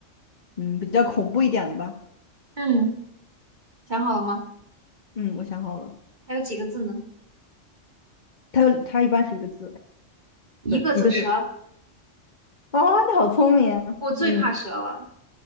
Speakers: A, on the left (about 40°); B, on the right (about 35°).
A: 嗯，比较恐怖一点的吧。
B: 嗯，想好了吗？
A: 嗯，我想好了，
B: 还有几个字呢？
A: 它有它一般是一个字，
B: 一个字，
A: 对，一个字。
B: 蛇。
A: 啊，你好聪明啊嗯，
B: 我最怕蛇了，